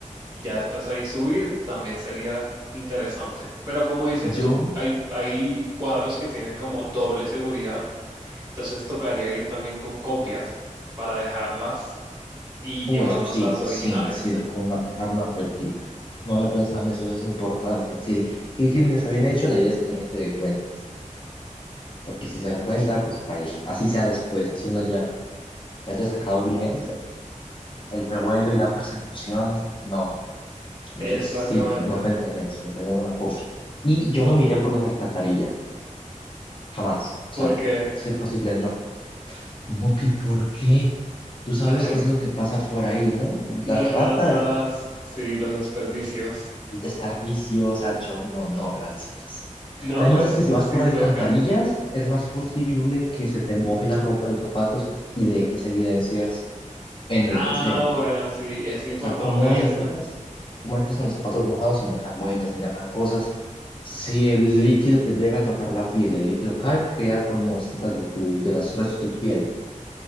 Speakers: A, on the right; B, on the left.
A: y ya después ahí subir también sería interesante. Pero como dices
B: Yo,
A: tú, hay, hay cuadros que tienen como doble seguridad, entonces tocaría ir también con copias para dejarlas y
B: o
A: llevarnos
B: eso sí,
A: las
B: sí,
A: originales.
B: sí, dejar una, dejar una réplica. No había pensado en eso, eso es importante. Si el, el crimen está bien hecho, la idea es que nadie se dé cuenta. Porque si se dan cuenta, pues baila. Así sea después, así uno ya la haya sacado bien. El revuelo y la persecución, no. Yo
A: Exactamente,
B: sí, no, no pensé en eso, en tener una copia. Y yo no miraría por las alcantarillas, jamás. O sea,
A: porque
B: si es posible, no. ¿Cómo que por qué? Tú sabes
A: las, ra-
B: qué es lo que pasa por ahí, ¿no? Las
A: las ratas,
B: ratas,
A: sí, los desperdicios.
B: el desperdicio, o sea, yo no, no, gracias.
A: No,
B: Además
A: pues
B: es que si
A: si
B: vas por alcantarillas,
A: toca.
B: es más posible que se te moje la ropa, los zapatos y dejes evidencias en el
A: Ah,
B: museo.
A: bueno, sí, es importante
B: O sea, ¿cómo entras?
A: eso.
B: ¿Cómo entras con los zapatos mojados sin dejar huellas, sin dejar cosas? Si el líquido te llega a tocar la piel, el líquido cae, queda con muestras de tu, de los restos de tu piel.